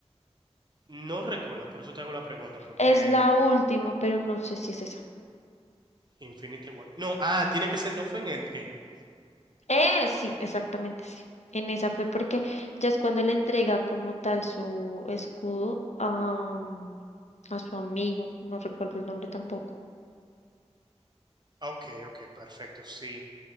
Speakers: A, on the right; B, on the left.
A: No recuerdo, por eso te hago la pregunta, porque
B: Es la última, pero no sé si es esa.
A: Infinity War. No, ah, tiene que ser, no fue en Endgame.
B: Eh, sí, exactamente, sí. En esa fue porque ya es cuando le entrega como tal su escudo a, mm, a su amigo, no recuerdo el nombre tampoco.
A: Ok, ok, perfecto, sí.